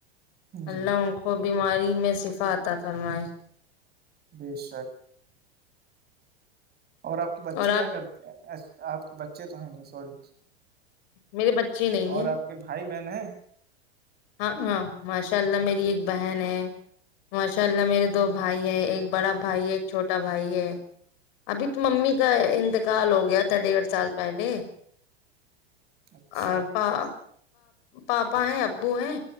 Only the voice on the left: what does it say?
اللہ
ہوں وہ بیماری میں شفا آتا فرمائے
اور
آپ
میرے بچے نہیں
ہیں
ہاں ہاں ماشاء اللہ میری ایک بہن ہے ماشاء اللہ میرے دو بھائی ہیں ایک بڑا بھائی ایک چھوٹا بھائی ہے ابھی تو ممی کا انتقال ہو گیا تھا ڈیڑھ سال پہلے
اور پ پاپا ہے ابو ہیں